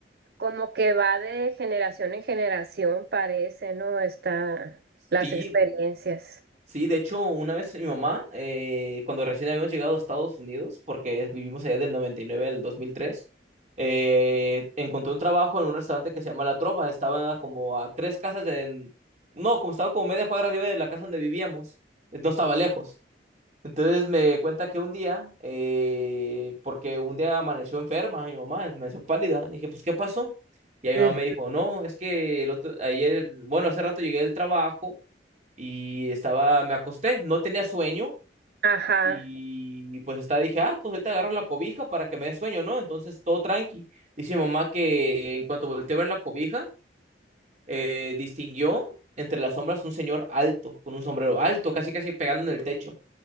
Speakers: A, on the right (about 55°); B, on the right (about 40°).
A: como que va de generación en generación, parece, ¿no? Está las
B: Sí,
A: experiencias.
B: Sí, de hecho, una vez mi mamá, eh, cuando recién habíamos llegado a Estados Unidos, porque vivimos allá del 99 al 2003, eh, encontró un trabajo en un restaurante que se llama La Trova. Estaba como a tres casas de... No, como estaba como media cuadra arriba de la casa donde vivíamos. Eh, No estaba lejos. Entonces me cuenta que un día, eh, porque un día amaneció enferma mi mamá, amaneció pálida. Dije, pues, ¿qué pasó? Y ahí
A: Ujú.
B: mi mamá me dijo, no, es que el otro, ayer, bueno, hace rato llegué del trabajo y estaba, me acosté, no tenía sueño
A: Ajá.
B: y, y pues estaba, dije, ah, pues ahorita agarro la cobija para que me dé sueño, ¿no? Entonces todo tranqui. Dice mi mamá que en cuanto volteé a ver la cobija, eh, distinguió entre las sombras un señor alto, con un sombrero alto, casi casi pegando en el techo.